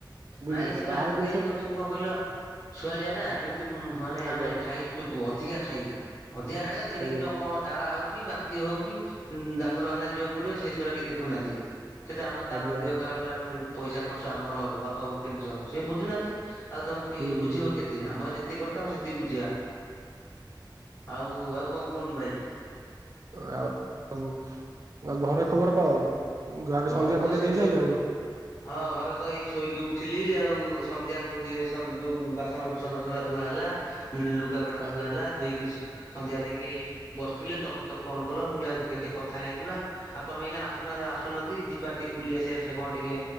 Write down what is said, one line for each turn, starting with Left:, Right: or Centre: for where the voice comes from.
Right: ବୁଝିଲେ
Left: ନାଇଁ
Right: ନା
Left: ସେ ବା
Right: ବାହାର
Left: ଆଜିକାଲି
Right: ଜିନିଷ
Left: ହଉ କିନ୍ତୁ କଣ କହିଲ ଛୁଆଳିଆ ନା କେମିତି ମାନେ
Right: ଆଜ୍ଞା
Left: ଆମେ ଖାଇଦବୁ ଅଧିକା ଖାଇବୁ। ଅଧିକା ଖାଇଦବା ତେଣିକି
Right: ଆଜ୍ଞା
Left: ଯ କଣ ଝାଡା ହଉ କି ବାନ୍ତି ହଉ କିି ଡାକ୍ତରଖାନା ଯିବାକୁ ପଡିବ ସେ ସେଗୁଡା କିଛି ଦେଖୁନାହାନ୍ତି। କିନ୍ତୁ ଆମର ତାପରେ
Right: ଆଜ୍ଞା
Left: ଦେହ ଖରାପ ହେଲେ ଆମେ ପଇସା ଖର୍ଚ୍ଚ ଆମର ହବ ବାପା ବୋଉ ଟେନସନ ସିଏ ବୁଝୁନାହାନ୍ତି। ଆଉ ତମ କି
Right: ହୁଁ
Left: ବୁଝିବ
Right: ହୁଁ
Left: କେତେ ଆମର ଯେତିକି କର୍ତ୍ତବ୍ୟ ଆମେ ସେତିକି ବୁଝେଇବା। ଆଉ ଆଉ କଣ କୁହନ୍ତୁ ଭାଇ?
Right: ଆଉ ଆଉ ଘରେ ଖବର କଣ ଘରେ
Left: ଘର
Right: ସନ୍ଧ୍ୟା
Left: ତ
Right: ଫନ୍ଧ୍ୟା
Left: ସେମିତି
Right: ଦେଇ ସାଇଲଣି?
Left: ସବୁ ହଁ ଘରେ ସହ ଏଇ ଶୋଇକି ଉଠିଲି ଆଉ ସନ୍ଧ୍ୟା ସବୁ ଯୋଉ ବାସନ କୁସନ ସବୁଯାକ ଧୁଆ ହେଲା। ଉଁ ଲୁଗାପଟା
Right: ଆଜ୍ଞା
Left: ଧୁଆ ହେଲା। ଧୋଇକି ସୁ ସନ୍ଧ୍ୟା ଦେଇକି ଏଇ ବସିଥିଲି ତମେ ତ ଫୋନ କଲ ମୁଁ କହିଲି ଆ ଦେଖିବା ଟିକେ କଥା ହେଇଯିବା। ଆଉ ତମେ ଏଇନା ଆସୁନାହାନ୍ତି ଆସୁନାହାନ୍ତି ଯିବା ଟିକେ ବୁଲି ଆସି ଆସିଲେ କଣ ଟିକେ।